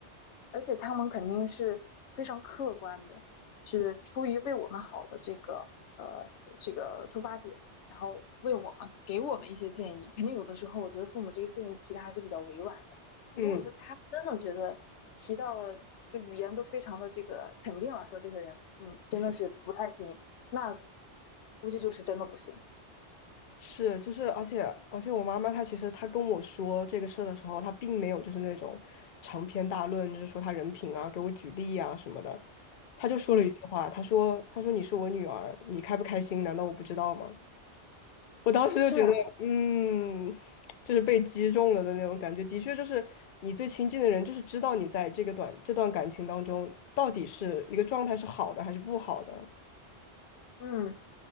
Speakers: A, on the left; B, on the left.
A: 而且他们肯定是非常客观的，是出于为我们好的这个呃这个出发点。然后为我们给我们一些建议。肯定有的时候，我觉得父母这个建议提的还是比较委婉的。
B: 嗯。
A: 如果说他真的觉得提到了这个语言都非常的这个肯定了，说这个人，嗯，
B: 不行。
A: 真的是不太行，那估计就是真的不行。
B: 是，就是，而且而且，我妈妈她其实她跟我说这个事儿的时候，她并没有就是那种长篇大论，就是说她人品啊，给我举例啊什么的，她就说了一句话，
A: 嗯，
B: 她说她说你是我女儿，你开不开心，难道我不知道吗？我当时就觉得，
A: 是啊，
B: 嗯，就是被击中了的那种感觉，的确就是你最亲近的人，就是知道你在这个短这段感情当中到底是一个状态是好的还是不好的，
A: 嗯，